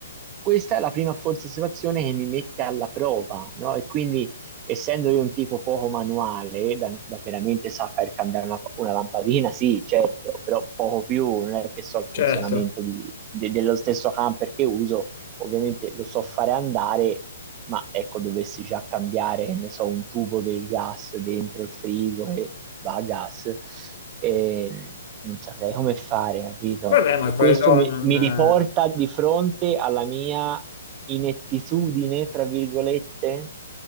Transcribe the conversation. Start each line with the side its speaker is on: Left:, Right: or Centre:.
Right: Questa è la prima forse situazione che mi mette alla prova, no? E quindi, essendo io un tipo poco manuale, da, da veramente saper cambiare una, una lampadina, sì, certo, però poco più, non è che so il funzionamento
Left: certo.
Right: di- de- dello stesso camper che uso ovviamente lo so fare andare, ma ecco, dovessi già cambiare, ne so, un tubo del gas dentro il frigo e va a gas, e non saprei come fare, capito?
Left: Vabbè, ma
Right: E
Left: quello
Right: questo mi,
Left: non...
Right: mi riporta di fronte alla mia inettitudine, fra virgolette.